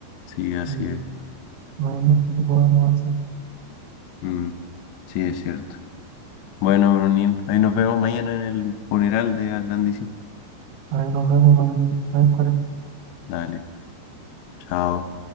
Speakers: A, on the left (about 80°); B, on the right (about 70°).
A: sí, así
B: y
A: es.
B: no hay mucho que podamos hacer.
A: Mm, sí, es cierto. Bueno, Brunín, ahí nos vemos mañana en el funeral de Landicín.
B: Ahí nos vemos, Rodrigo. Ahí estaré.
A: Dale, chao.